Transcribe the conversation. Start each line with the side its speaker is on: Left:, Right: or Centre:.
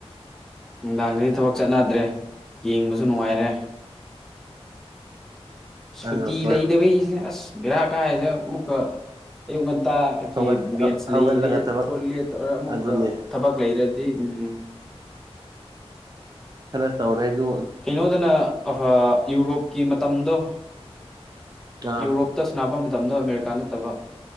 Centre: ꯅꯨꯡꯗꯥꯡꯗꯗꯤ ꯊꯕꯛ ꯆꯠꯅꯗ꯭ꯔꯦ ꯌꯦꯡꯕꯁꯨ ꯅꯨꯡꯉꯥꯏꯔꯦ
Right: ꯑꯗꯨ
Centre: ꯁꯨꯇꯤ
Right: ꯍꯣꯏ
Centre: ꯂꯩꯇꯕꯒꯤꯁꯦ ꯑꯁ ꯕꯦꯔꯥ ꯀꯥꯏꯁꯦ ꯑꯃꯨꯛꯀ ꯑꯌꯨꯛ ꯉꯟꯇꯥꯒꯤ
Right: ꯍꯧꯒꯠ
Centre: ꯃꯦꯠꯁ
Right: ꯍꯧꯒꯠꯂꯒ
Centre: ꯂꯩꯔꯦ
Right: ꯊꯕꯛ
Centre: ꯈꯣꯠꯂꯦ ꯇꯧꯔꯒ ꯑꯃꯨꯛꯀ
Right: ꯑꯗꯨꯅꯦ
Centre: ꯊꯕꯛ ꯂꯩꯔꯦ ꯑꯗꯨ ꯎꯝ
Right: ꯈꯔ ꯇꯧꯔꯦꯁꯨ
Centre: ꯀꯩꯅꯣꯗꯅ ꯌꯨꯔꯣꯞꯀꯤ ꯃꯇꯝꯗꯣ
Right: ꯑꯥ
Centre: ꯌꯨꯔꯣꯞ ꯇꯁ ꯅꯥꯕ ꯃꯇꯝꯗꯣ ꯑꯃꯦꯔꯤꯀꯥ ꯅꯠꯇꯕ